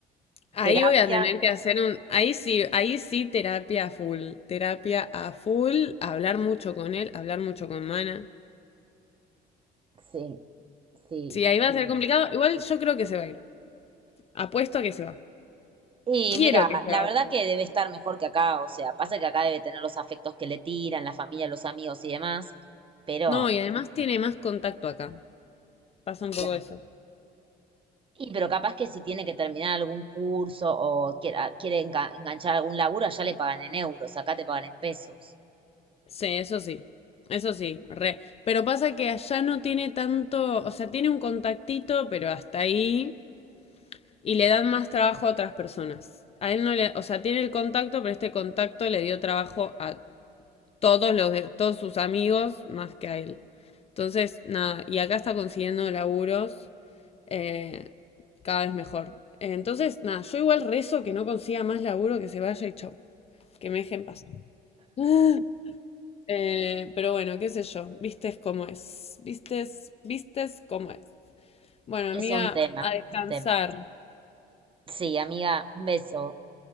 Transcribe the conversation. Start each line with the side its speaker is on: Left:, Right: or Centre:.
Left: Ahí
Right: terapia.
Left: voy a tener que hacer un, ahí sí, ahí sí terapia a full, terapia a full, hablar mucho con él, hablar mucho con Mana.
Right: Sí, sí.
Left: Sí, ahí va a ser Mm. complicado. Igual yo creo que se va a ir. Apuesto a que se va.
Right: Y
Left: Quiero
Right: mira,
Left: que se
Right: la
Left: vaya.
Right: verdad que debe estar mejor que acá, o sea, pasa que acá debe tener los afectos que le tiran, la familia, los amigos y demás, pero,
Left: No, y además tiene más contacto acá. Pasa un poco
Right: Claro.
Left: eso.
Right: y pero capaz que si tiene que terminar algún curso o quiere, ah, quiere enga- enganchar algún laburo, allá le pagan en euros, acá te pagan en pesos.
Left: Sí, eso sí. Eso sí, re. Pero pasa que allá no tiene tanto, o sea, tiene un contactito, pero hasta ahí. Y le dan más trabajo a otras personas. A él no le, o sea, tiene el contacto, pero este contacto le dio trabajo a todos los de, todos sus amigos más que a él. Entonces, nada, y acá está consiguiendo laburos eh, cada vez mejor. Entonces, nada, yo igual rezo que no consiga más laburo, que se vaya y chau, que me deje en paz. <gasps> Eh, pero bueno, qué sé yo, vistes cómo es, vistes, vistes cómo es. Bueno,
Right: Es
Left: amiga,
Right: un tema,
Left: a descansar.
Right: un tema. Sí, amiga, un beso.